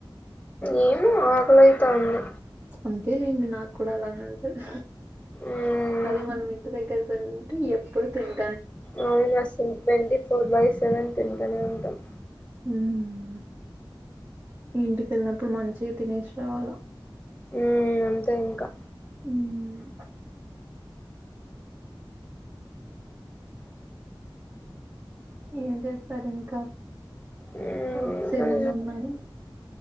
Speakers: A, on the left; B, on the right.
A: ఏమో ఆకలైతాంది
B: అంతే లేండి నాకు కూడా అలానే ఉంటది
A: ఉమ్
B: అదే మనం ఇంటి దగ్గర తింటే ఎప్పుడు తిన్ను
A: అవును అసలు ట్వంటీ ఫోర్ బై సెవెన్ తింటానే ఉంటాం
B: మ్ ఇంటికి ఎళ్ళినప్పుడు మంచిగా తినేసి రావాలా
A: ఉమ్ అంతే ఇంకా
B: హ్మ్ ఏం చేస్తారు ఇంకా
A: ఉమ్
B: వర్క్స్
A: ఇంకా
B: ఏమన్నా ఉన్నాయా